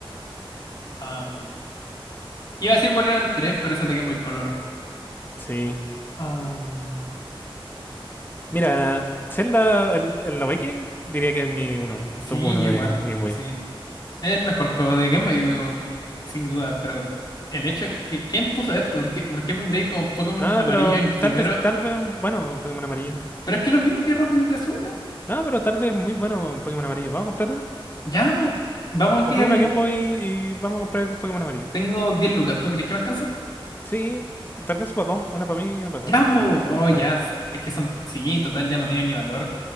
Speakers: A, on the left (about 45°); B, on the left (about 20°).
A: am, iba a decir Wario Land 3, pero ese tenía muy color.
B: Sí.
A: Am,
B: Mira, Zelda, el, el Awakening diría que es mi uno,
A: sí,
B: top uno
A: yo igual,
B: de Game Boy.
A: sí. Es el mejor juego de Game Boy, sin duda, pero el hecho, que, ¿quién puso esto? ¿Por qué, por qué pondréis como Pokémon
B: No,
A: amarillo
B: pero
A: en primero?
B: tal vez, tal vez, un- bueno, un Pokémon amarillo.
A: Pero es que es lo mismo que rojo y azul, ¿no?
B: No, pero tal vez muy bueno un Pokémon amarillo. ¿Vamos a comprar uno?
A: Ya, po, vamos aquí
B: Compré
A: al...
B: una Game Boy y vamos a comprar el Pokémon amarillo.
A: Tengo 10 lucas, ¿tú crees que me alcanza?
B: Sí, te alcanzo para dos. Una para mí y una para
A: Ya, po, oh, ya,
B: ti.
A: es que son... Sí, total, ya no tienen ni valor.